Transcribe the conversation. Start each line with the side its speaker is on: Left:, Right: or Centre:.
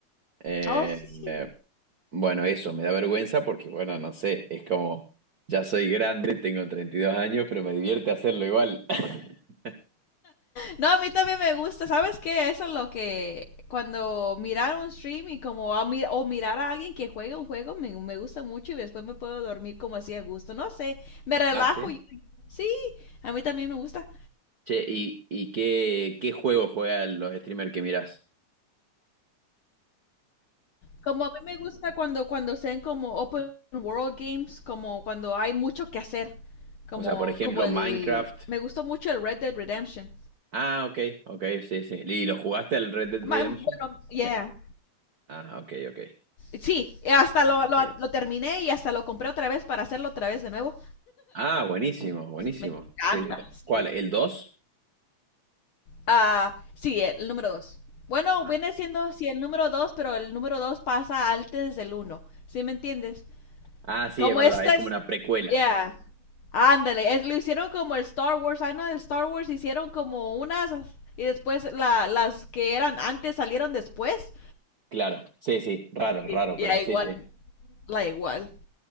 Right: Eh,
Left: Oh, sí.
Right: eh, bueno, eso me da vergüenza porque, bueno, no sé, es como, ya soy grande, tengo 32 años, pero me divierte hacerlo igual. <laughs>
Left: No, a mí también me gusta. ¿Sabes qué? Eso es lo que cuando mirar un stream y como a mi- o mirar a alguien que juega un juego me, me gusta mucho y después me puedo dormir como así a gusto. No sé, me relajo.
Right: Ah, sí.
Left: y- sí, a mí también me gusta.
Right: Che, ¿y, y qué, qué juego juegan los streamers que mirás?
Left: Como a mí me gusta cuando cuando sean como open world games, como cuando hay mucho que hacer. Como
Right: O sea, por ejemplo,
Left: como el
Right: Minecraft.
Left: me gustó mucho el Red Dead Redemption.
Right: Ah, ok, ok, sí, sí. ¿Y lo jugaste al Red Dead
Left: Ma-
Right: Redemption?
Left: em, Bueno, yeah.
Right: Ah, ok, ok.
Left: Sí, eh, hasta lo, lo- lo terminé y hasta lo compré otra vez para hacerlo otra vez de nuevo.
Right: Ah, buenísimo, buenísimo.
Left: Me encanta,
Right: Sí, yo ta-
Left: sí.
Right: ¿Cuál? ¿El 2
Left: Ah, sí, el número dos. Bueno,
Right: Ah.
Left: viene siendo, sí, el número dos, pero el número dos pasa antes del uno. ¿Sí me entiendes?
Right: Ah, sí,
Left: Como
Right: es verdad,
Left: este
Right: es como
Left: es,
Right: una precuela.
Left: yeah. Ándale, es, lo hicieron como el Star Wars. Ay, no, el Star Wars hicieron como unas y después la, las que eran antes salieron después.
Right: Claro, sí, sí, raro,
Left: Sí,
Right: raro,
Left: y
Right: pero
Left: la igual,
Right: sí, sí.
Left: la igual.